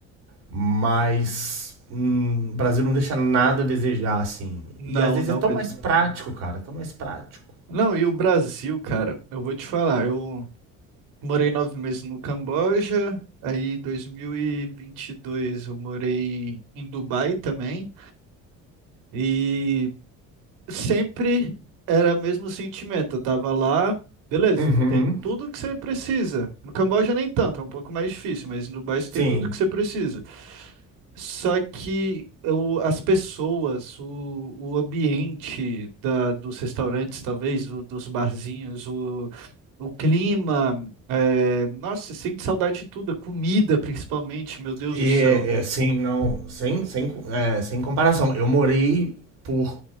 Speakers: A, on the right (about 55°); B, on the right (about 85°).
A: Mas hum, o Brasil não deixa nada a desejar, assim.
B: Não,
A: E às vezes
B: não
A: é tão
B: mesmo.
A: mais prático, cara, tão mais prático.
B: Não, e o Brasil, cara, eu vou te falar, eu Morei nove meses no Camboja, aí em 2022 eu morei em Dubai também, e sempre era o mesmo sentimento. Eu tava lá, beleza,
A: Uhum.
B: tem tudo que você precisa. No Camboja nem tanto, é um pouco mais difícil, mas em Dubai você
A: Sim.
B: tem tudo que você precisa. Só que o- as pessoas, o, o ambiente da, dos restaurantes, talvez, do- dos barzinhos, o, o clima, é, nossa, você sente saudade de tudo, a comida principalmente, meu Deus
A: E
B: do céu.
A: é, é, sim, não, sem, sem, é, sem comparação. Eu morei por